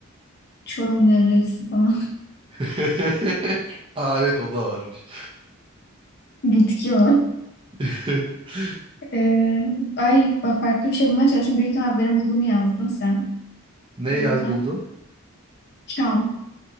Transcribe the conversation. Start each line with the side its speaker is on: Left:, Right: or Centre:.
Left: Çorumlu evlevsi falan.
Right: <laughs> Aa evet o da varmış.
Left: <laughs> Bitki o.
Right: <laughs>
Left: Ee, ay bak farklı bir şey bulmaya çalışıyorum. Büyük ihtimal benim bulduğumu yazdın sen.
Right: Ne
Left: O
Right: yaz
Left: yüzden
Right: buldun?
Left: çam.